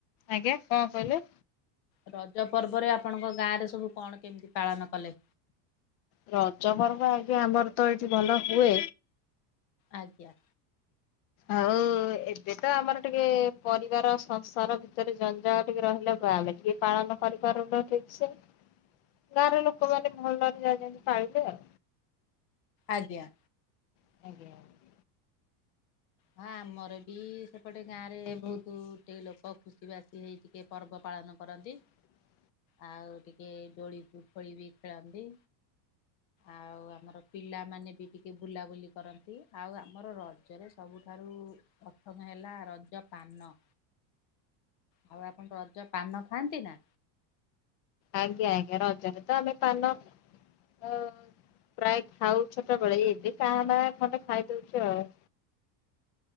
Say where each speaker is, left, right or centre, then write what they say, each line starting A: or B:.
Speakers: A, on the left; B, on the left.
A: ଆଜ୍ଞା କଣ କହିଲେ?
B: ରଜ ପର୍ବରେ ଆପଣଙ୍କ ଗାଁରେ ସବୁ କଣ କେମିତି ପାଳନ କଲେ?
A: ରଜ ପର୍ବ ଆଜ୍ଞା ଆମର ତ ଏଇଠି ଭଲ ହୁଏ।
B: ଆଜ୍ଞା।
A: ଆଉ ଏବେ ତ ଆମର ଟିକେ ପରିବାର ସଂସାର ଭିତରେ ଜଞ୍ଜାଳ ଟିକେ ରହିଲା। ବାମ ଟ ପାଳନ କରିପାରୁନ ଠିକ ସେ। ଗାଁର ଲୋକମାନୋନ ଭଲରେ ଯାଇନ୍ତି ପାଳିଲେ ଆଉ।
B: ଆଜ୍ଞା।
A: <inaudible>
B: ହଁ ଆମର ବି ସେପଟେ ଗାଁ ରେ ବହୁତ ଟିକେ ଲୋକ ଖୁସି ବାସି ହେଇ ଟିକେ ପର୍ବ ପାଳନ କରନ୍ତି।
A: <inaudible>
B: ଆଉ ଟିକେ ଡୋଳି ପୁଖୋଳି ବି ଖେଳନ୍ତି। ଆଉ ଆମର ପିଲାମାନେ ବି ଟିକେ ବୁଲାବୁଲି କରନ୍ତି ଆଉ ଆମର ରଜରେ ସବୁଠାରୁ ପ୍ରଥମ ହେଲା ରଜ ପାନ। ଆଉ ଆପଣଙ୍କ ରଜ ପାନ ଖାଆନ୍ତି ନା?
A: ଆଜ୍ଞା ଆଜ୍ଞା ରଜରେ ତ ଆମେ ପାନ ଓ ପ୍ରାୟ ଖାଉ ଛୋଟବେେଳେ ଏବେ କାହା ନା ଖଣ୍ଡେ ଖାଇଦଉଛ ଆଉ।